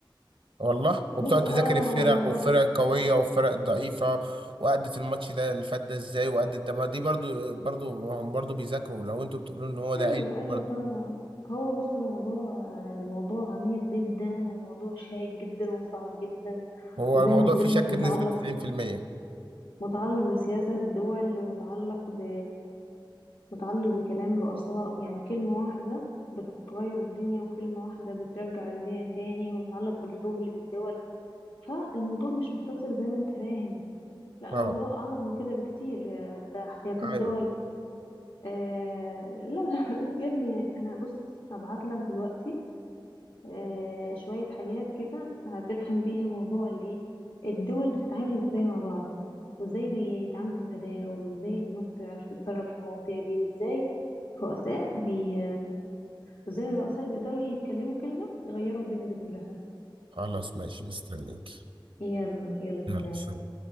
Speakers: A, on the right; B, on the left.
A: والله وبتقعد
B: بص
A: تذاكر
B: اه
A: الفرق
B: هو الموضوع
A: والفرق القوية والفرق الضعيفة وأدت الماتش ده اللي فات ده ازاي وأدت ده ما دي برضو برضو هم برضو بيذاكروا لو انتوا بتقولوا ان هو ده
B: ايوه
A: عيب
B: ايوه
A: برضو
B: طبعا هو بص الموضوع الموضوع عميق جدا وموضوع شائك جدا وصعب جدا
A: هو
B: وزي
A: الموضوع
B: ما قلت
A: فيه
B: لك
A: شك
B: متعلق
A: بنسبة 90%
B: متعلق بسياسة الدول ومتعلق ب متعلق بكلام رؤساء يعني كلمة واحدة بتغير الدنيا وكلمة واحدة بترجع الدنيا تاني ومتعلق بالحروب اللي في الدول فالموضوع مش مقتصر زي ما انت فاهم لا
A: اه
B: الموضوع أعمق من كده بكتير آه، ده احتياطات دول
A: ايوه
B: آه لا <laughs> يا ابني أنا بص هبعت لك دلوقتي آه شوية حاجات كده هتفهم بيها موضوع الإيه الدول بتتعامل إزاي مع بعض وإزاي بيتعاملوا في التداول وإزاي البنوك بتعرف تتصرف في المواضيع دي وإزاي الرؤساء بي... وإزاي الرؤساء بيقدروا يتكلموا كلمة يغيروا الدنيا دي كلها
A: خلاص ماشي مستنيك
B: يلا يلا سلام
A: يلا سلام